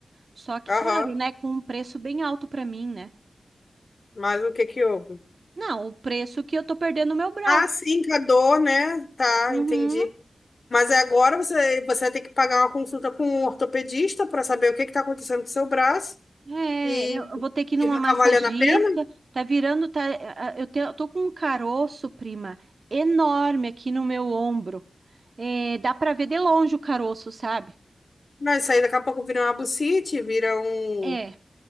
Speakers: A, on the right; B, on the left.
A: Só que,
B: Aham,
A: claro, né, com um preço bem alto para mim, né?
B: mas o que que houve?
A: Não, o preço que eu tô perdendo o meu braço.
B: Ah, sim, com a dor, né? Tá,
A: Uhum.
B: entendi. Mas é agora você, você vai ter que pagar uma consulta com um ortopedista para saber o que que tá acontecendo com o seu braço
A: É,
B: e,
A: eu vou ter que
B: e
A: ir numa
B: vai
A: massagista.
B: tá valendo a pena?
A: Tá virando, tá, a- eu te- eu tô com um caroço, prima, enorme aqui no meu ombro. É, dá pra ver de longe o caroço, sabe?
B: Não, isso aí daqui a pouco vira uma bucite, vira um,
A: É,